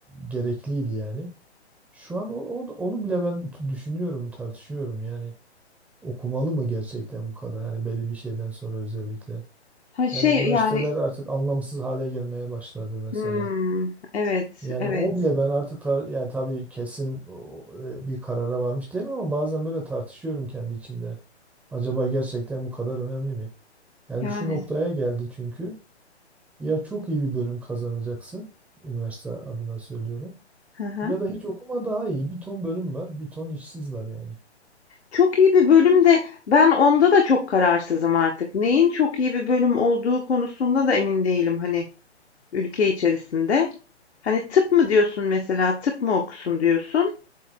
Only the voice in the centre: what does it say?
gerekliydi yani. Şu an o, o- onu bile ben t- düşünüyorum, tartışıyorum. Yani okumalı mı gerçekten bu kadar? Hani belli bir şeyden sonra özellikle.
Yani üniversiteler
artık anlamsız hale gelmeye başladı mesela.
Yani
o bile ben artık tar- yani tabii kesin o, e, bir karara varmış değilim ama bazen böyle tartışıyorum kendi içimde. Acaba gerçekten bu kadar önemli mi? Yani
şu noktaya geldi çünkü ya çok iyi bir bölüm kazanacaksın, üniversite adına söylüyorum.
Ya da hiç okuma daha iyi. Bir ton bölüm var, bir ton işsiz var yani.